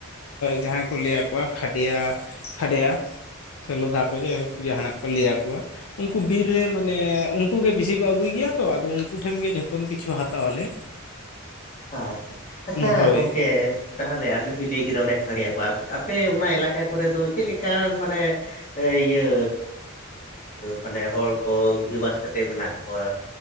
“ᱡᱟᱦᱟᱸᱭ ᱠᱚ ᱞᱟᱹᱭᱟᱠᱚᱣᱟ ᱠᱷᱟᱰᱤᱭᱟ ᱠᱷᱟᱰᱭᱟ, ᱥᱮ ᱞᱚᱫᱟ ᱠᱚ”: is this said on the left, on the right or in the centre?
Left